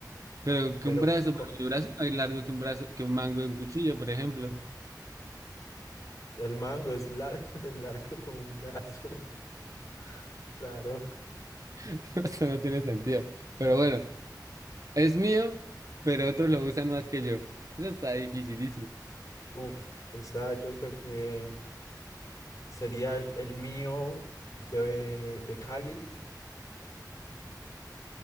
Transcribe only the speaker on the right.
pero que
un brazo,
pero mi brazo es más largo que un brazo, que un mango de un cuchillo, por ejemplo.
<laughs> Eso no tiene sentido. Pero bueno, es mío, pero otros lo usan más que yo. Eso está dificilísimo.